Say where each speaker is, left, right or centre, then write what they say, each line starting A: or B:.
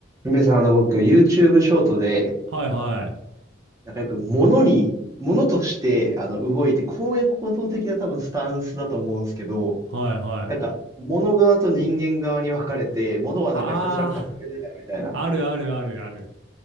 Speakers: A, on the right; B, on the right.
A: ゆんべさん、あの、僕、YouTube ショートで、
B: はいはい。
A: なんかよく、物に、物として、あの、動いて、公約行動的な多分、スタンスだと思うんですけど、
B: はいはい。
A: なんか、物側と人間側に分かれて、物はなんかひたすら隠れながらみたいな。
B: ああ、あるあるあるある。